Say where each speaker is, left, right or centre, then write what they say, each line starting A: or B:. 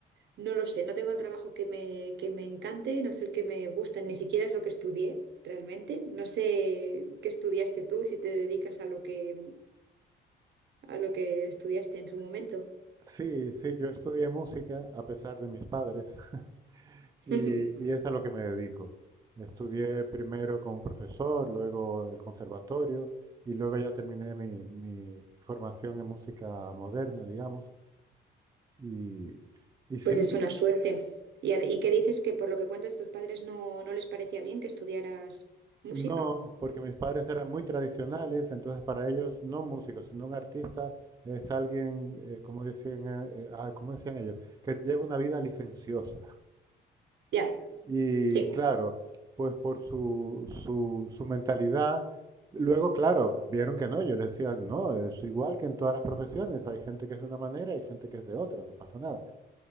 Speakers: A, on the right (about 65°); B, on the right (about 20°).
A: no lo sé, no tengo el trabajo que me, que me encante, no es el que me gusta, ni siquiera es lo que estudié realmente. No sé qué estudiaste tú, si te dedicas a lo que, a lo que estudiaste en su momento.
B: Sí, sí, yo estudié música a pesar de mis padres <laughs> y,
A: <laughs>
B: y es a lo que me dedico. Estudié primero con un profesor, luego el conservatorio y luego ya terminé mi, mi formación en música moderna, digamos. Y, y sí,
A: Pues es una suerte. ¿Y, ad- y qué dices que por lo que cuentas tus padres no, no les parecía bien que estudiaras música?
B: No, porque mis padres eran muy tradicionales, entonces para ellos no un músico, sino un artista es alguien, eh, como decían, eh, eh, ah, ¿cómo decían ellos, que lleva una vida licenciosa.
A: Ya,
B: Y
A: sí,
B: claro, pues por su, su, su mentalidad, luego claro, vieron que no, yo les decía, no, es igual que en todas las profesiones, hay gente que es de una manera y gente que es de otra, no pasa nada.